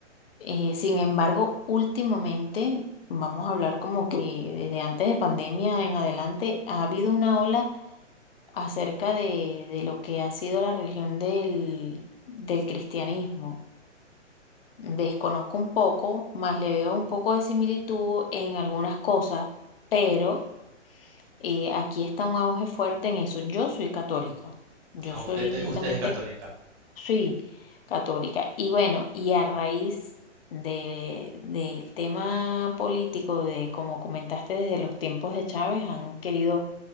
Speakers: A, on the left; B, on the right.
A: Eh, sin embargo, últimamente, vamos a hablar como que desde antes de pandemia en adelante, ha habido una ola acerca de, de lo que ha sido la religión del, del cristianismo. Desconozco un poco, más le veo un poco de similitud en algunas cosas, pero eh, aquí está un auge fuerte en eso. Yo soy católica, yo
B: Ah,
A: soy
B: usted, te-
A: netamente,
B: usted es católica.
A: sí, católica. Y bueno, y a raíz de, del tema político, de como comentaste, desde los tiempos de Chávez, han querido